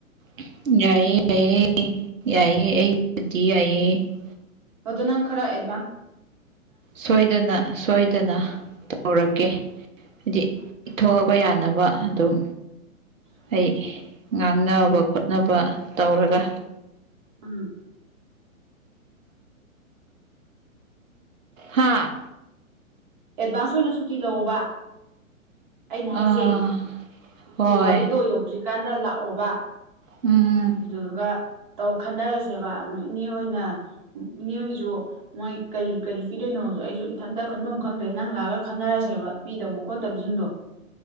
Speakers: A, on the right; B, on the right.
A: ꯌꯥꯏꯌꯦ ꯌꯥꯏꯑꯦ ꯌꯥꯏꯑ ꯑꯩꯕꯨꯗꯤ ꯌꯥꯏꯑꯦ
B: ꯑꯗꯨ ꯅꯪ ꯈꯔ ꯑꯦꯚ
A: ꯁꯣꯏꯗꯅ ꯁꯣꯏꯗꯅ ꯇꯧꯔꯛꯀꯦ ꯍꯥꯏꯗꯤ ꯊꯣꯛꯂꯛꯄ ꯌꯥꯅꯕ ꯑꯗꯨꯝ ꯑꯩ ꯉꯥꯡꯅꯕ ꯈꯣꯠꯅꯕ ꯇꯧꯔꯒ
B: ꯎꯝ
A: ꯍꯥꯥ
B: ꯑꯦꯗꯚꯥꯟꯁ ꯑꯣꯏꯅ ꯁꯨꯇꯤ ꯂꯧꯑꯣꯕ ꯑꯩꯅ
A: ꯑꯥ
B: ꯍꯥꯏꯖꯩ
A: ꯍꯣꯏ
B: ꯗꯤꯋꯥꯂꯤꯗꯣ ꯌꯧꯗ꯭ꯔꯤꯀꯥꯟꯗ ꯂꯥꯛꯑꯣꯕ
A: ꯎꯝ ꯎꯝ
B: ꯑꯗꯨꯗꯨꯒ ꯇꯧ ꯈꯟꯅꯔꯁꯦꯕ ꯑꯃꯨꯛ ꯏꯅꯦ ꯍꯣꯏꯅ ꯏꯅꯦꯣꯏꯒꯤꯁꯨ ꯃꯣꯏ ꯀꯔꯤ ꯀꯔꯤ ꯄꯤꯗꯣꯏꯅꯣꯁꯨ ꯑꯩꯁꯨ ꯏꯊꯟꯇ ꯈꯟꯕ ꯉ ꯈꯪꯗ꯭ꯔꯦ ꯅꯪ ꯂꯥꯛꯑꯒ ꯈꯟꯅꯔꯁꯦꯕ ꯄꯤꯗꯕ ꯈꯣꯠꯇꯕꯁꯤꯡꯗꯣ